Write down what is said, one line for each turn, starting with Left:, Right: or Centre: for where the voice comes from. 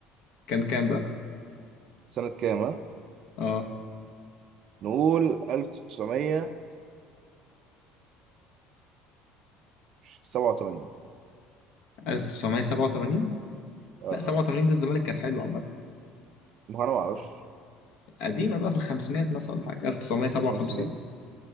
Left: كان كام بقى؟
Right: سنة كام ها؟
Left: اه
Right: نقول 1900 87
Left: 1987
Right: اه
Left: لا 87 ده الزمالك كان حلو عامة
Right: ما هو أنا ما أعرفش
Left: قديمة بقى في الخمسينات مثلا ولا حاجة 1957
Right: خمسينات